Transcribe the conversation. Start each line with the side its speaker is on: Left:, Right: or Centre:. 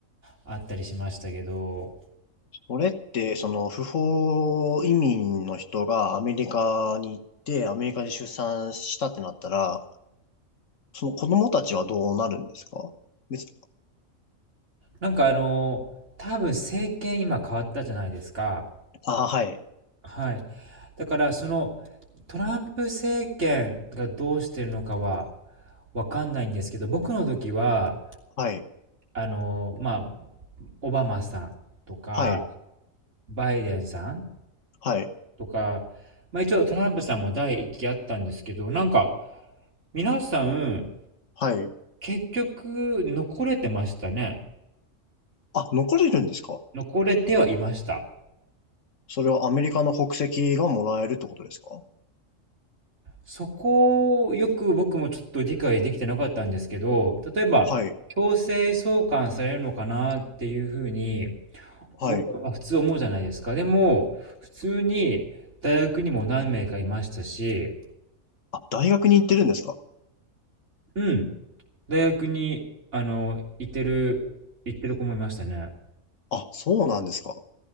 Right: あったりしましたけど、
Left: それって、その不法移民の人がアメリカに行って、アメリカで出産したってなったら、その子供たちはどうなるんですか別、
Right: なんかあの、多分政権今変わったじゃないですか。
Left: あ、はい、
Right: はい。だからそのトランプ政権がどうしてるのかはわかんないんですけど、僕の時は、
Left: はい、
Right: あの、まあ、オバマさんとか、
Left: はい、
Right: バイデンさん
Left: はい、
Right: とか、まあ一応トランプさんも第一期あったんですけど、なんか、皆さん、
Left: はい。
Right: 結局、残れてましたね。
Left: あ、残れるんですか
Right: 残れてはいました。
Left: それはアメリカの国籍がもらえるってことですか
Right: そこをよく僕もちょっと理解できてなかったんですけど、例えば、
Left: はい、
Right: 強制送還されるのかなっていうふうに、
Left: はい。
Right: 僕は普通思うじゃないですか。でも、普通に大学にも何名かいましたし、
Left: あ、大学に行ってるんですか
Right: うん、大学に、あの、行ってる、行ってる子もいましたね。
Left: あ、そうなんですか。